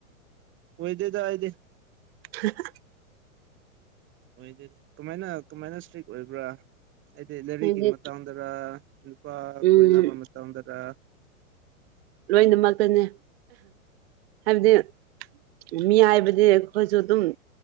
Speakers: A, on the right (about 30°); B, on the right (about 50°).
A: ꯑꯣꯏꯗꯦꯗ ꯑꯩꯗꯤ
B: ꯍ <unintelligible>
A: ꯑꫭꯏꯗ‌ꯦꯗ ꯀꯃꯥꯏꯅ ꯀꯃꯥꯏꯅ ꯏꯁꯇ꯭ꯔꯤꯛ ꯑꯣꯏꯕ꯭ꯔꯥ ꯍꯥꯏꯗꯤ ꯂꯥꯏꯔꯤꯛꯀꯤ
B: ꯍꯥꯏꯗꯤ
A: ꯃꯇꯥꯡꯗꯔ ꯏꯄꯥ
B: ꯎꯝ
A: ꯀꯣꯏꯅꯕꯝ ꯃ ꯑꯣꯟꯗꯔ
B: ꯂꯣꯏꯅꯃꯛꯇꯅꯦ ꯍꯥꯏꯕꯗꯤ ꯃꯤ ꯍꯥꯏꯕꯗꯤ ꯑꯩꯈꯣꯏꯁꯨ ꯑꯗꯨꯝ